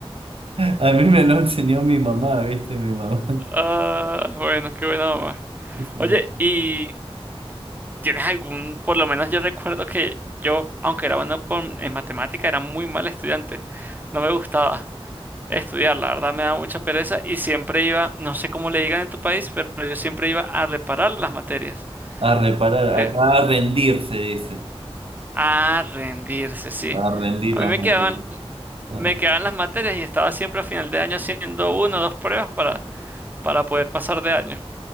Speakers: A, on the right; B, on the right.
A: A mí me lo enseñó mi mamá, ¿viste? Mi mamá.
B: Ah, bueno, qué bueno, mamá.
A: Sí.
B: Oye, ¿y tienes algún, por lo menos yo recuerdo que yo, aunque era bueno por- en matemática, era muy mal estudiante. No me gustaba. Estudiar, la verdad me da mucha pereza y siempre iba, no sé cómo le digan en tu país, pero yo siempre iba a reparar las materias.
A: A reparar,
B: Eh,
A: acá a rendir se dice,
B: a rendirse, sí.
A: a rendir
B: A
A: las
B: mí me
A: materias.
B: quedaban,
A: Ajá.
B: me quedaban las materias y estaba siempre a final de año haciendo una o dos pruebas para, para poder pasar de año.